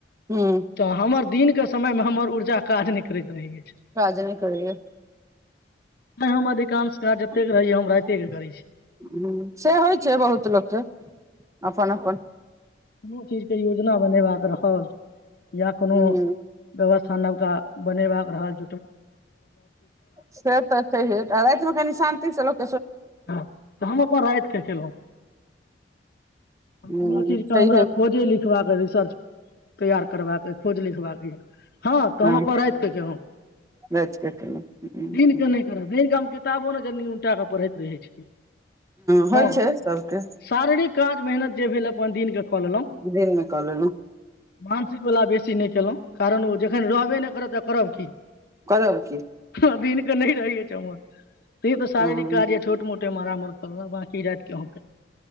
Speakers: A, on the right; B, on the left.
A: ह्म
B: तऽ हमर दिन क। समय में हमर ऊर्जा काज नहि करैत रहैय।
A: राजाज नहि करौ ह
B: ह हम, अधिकांश काज जतेक
A: ह
B: रहैया हम राइते के करै छी
A: से होइ छै, बहुत लोकके। अप- अपनन -अपनन!
B: हठीर कहि यो! य बने रहल या कोनो
A: ह्म
B: व्यवथा। खान नवका बनेवा के रहल छै।
A: से तऽ छै,, रतमे कनि शान्तिसँ लोक
B: हँ तऽ हम अपन रति के केलहुँ, अपनो
A: ह्म
B: चीज के
A: छैहे
B: हमरा खोजे लिखबाक सर तैयार करबाक ह! खोज लिखबाक हम
A: हँ
B: अपन रात के क केलउ,
A: राइत के केलहुँ
B: दिन के नहि कर द तबो ने जनी उटााकऽ पढैत! ै छै।
A: होइ
B: हँ
A: छै सभके
B: शारीर काज, मेहनत जे भेल म दिन क। क लेलहुँ,
A: दिनमे कऽ लेलहुँ
B: मानसिक वला बेसी ी नहि केलहुँ। कारण ओ जेखन रहबे नहि करत त करब की!
A: करबर की!
B: अधीन के रहहिए चमक। त तऽ साररिक!
A: हँ
B: कार्य छोट मोट म मर करना बाकी रात केे हम केलउ।